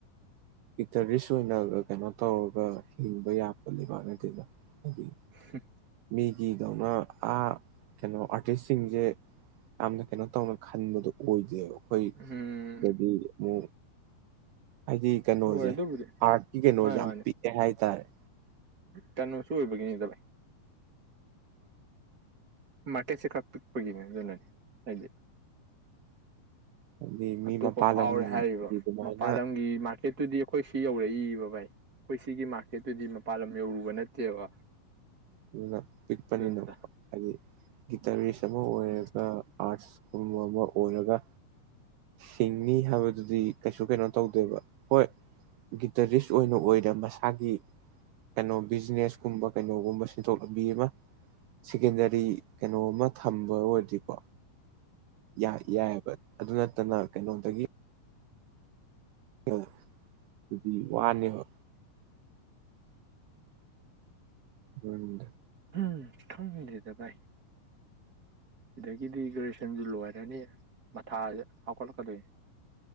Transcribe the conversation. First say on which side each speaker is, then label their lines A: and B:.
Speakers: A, on the right; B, on the right.
A: ꯏꯇꯔꯤꯁ ꯑꯣꯏꯅ ꯀꯩꯅꯣ ꯇꯧꯔꯒ ꯍꯤꯡꯕ ꯌꯥꯄ ꯂꯩꯕꯥꯛꯅꯠꯇꯗ ꯍꯥꯏꯗꯤ
B: <unintelligible>
A: ꯃꯤꯒꯤꯗꯧꯅ ꯀꯩꯅꯣ ꯑꯥꯔꯇꯤꯁꯁꯤꯡꯁꯦ ꯌꯥꯝꯅ ꯀꯩꯅꯣ ꯇꯧꯅ ꯈꯟꯕꯗꯣ ꯑꯣꯏꯗꯦꯕꯀꯣ ꯍꯣꯏ
B: ꯎꯝ
A: ꯍꯥꯏꯗꯤ ꯍ ꯍꯥꯏꯗꯤ ꯀꯩꯅꯣꯁꯦ
B: ꯍꯣꯏ ꯑꯗꯨꯕꯨꯗꯤ
A: ꯑꯥꯔꯠꯀꯤ ꯀꯩꯅꯣꯁꯦ
B: ꯃꯥꯅꯦ
A: ꯌꯥꯝ
B: ꯃꯥꯅꯦ
A: ꯄꯤꯛꯑꯦ ꯍꯥꯏꯇꯥꯔꯦ
B: ꯀꯩꯅꯣꯁꯨ ꯑꯣꯏꯕꯒꯤꯅꯤꯗꯚꯥꯏ ꯃꯥꯔꯀꯦꯠꯁꯦ ꯈꯔ ꯄꯤꯛꯄꯒꯤꯅꯤ ꯑꯗꯨꯅꯅꯤ ꯍꯥꯏꯦ
A: ꯍꯥꯏꯗꯤ ꯃꯤ
B: ꯑꯇꯣꯞꯄ
A: ꯃꯄꯥꯟ
B: ꯐꯥꯎꯔꯦ
A: ꯂꯝꯒꯤ
B: ꯍꯥꯏꯔꯤꯕ
A: ꯑꯗꯨꯃꯥꯏꯅ
B: ꯃꯄꯥꯟ ꯂꯝꯒꯤ ꯃꯥꯔꯀꯦꯠ ꯇꯨꯗꯤ ꯑꯩꯈꯣꯏ ꯁꯤ ꯌꯧꯔꯛꯏꯕ ꯚꯥꯏ ꯑꯩꯈꯣꯏ ꯁꯤꯒꯤ ꯃꯥꯔꯀꯦꯠꯇꯨꯗꯤ ꯃꯄꯥꯟ ꯂꯝ ꯌꯧꯔꯨꯕ ꯅꯠꯇꯦꯕ
A: ꯑꯗꯨꯅ ꯄꯤꯛꯄꯅꯤꯅ
B: ꯑꯗꯨꯅꯤꯗ
A: ꯍꯥꯏꯗꯤ ꯒꯤꯇꯔꯤꯁ ꯑꯃ ꯑꯣꯏꯔꯒ
B: ꯎꯝ
A: ꯑꯥꯔꯠꯁ ꯒꯨꯝꯕ ꯑꯃ ꯑꯣꯏꯔꯒ ꯁꯤꯡꯅꯤ ꯍꯥꯏꯕꯗꯨꯗꯤ ꯀꯩꯁꯨ ꯀꯩꯅꯣ ꯇꯧꯗꯦꯕ ꯍꯣꯏ ꯒꯤꯇꯔꯤꯁ ꯑꯣꯏꯅ ꯑꯣꯏꯅ ꯃꯁꯥꯒꯤ ꯀꯩꯅꯣ ꯕꯤꯖꯤꯅꯦꯁ ꯀꯨꯝꯕ ꯀꯩꯅꯣꯒꯨꯝꯕꯁ ꯁꯦꯟꯊꯣꯛ ꯂꯝꯕꯤ ꯑꯃ ꯁꯦꯀꯦꯟꯗꯔꯤ ꯀꯩꯅꯣꯃ ꯊꯝꯕ ꯑꯣꯏꯔꯗꯤꯀꯣ ꯌꯥꯏ ꯌꯥꯏꯑꯕ ꯑꯗꯨꯅ <unintelligible> ꯀꯩꯅꯣꯗꯒꯤ ꯑ ꯑꯗꯨꯗꯤ ꯋꯥꯅꯦꯕ ꯍꯝ
B: ꯎꯝ ꯈꯪꯗꯦꯗ ꯚꯥꯏ ꯁꯤꯗꯒꯤꯗꯤ ꯒ꯭ꯔꯦꯖꯨꯑꯦꯁꯟꯁꯤ ꯂꯣꯏꯔꯅꯤ ꯃꯊ ꯍꯧꯀꯠꯂꯛꯀꯗꯣꯏ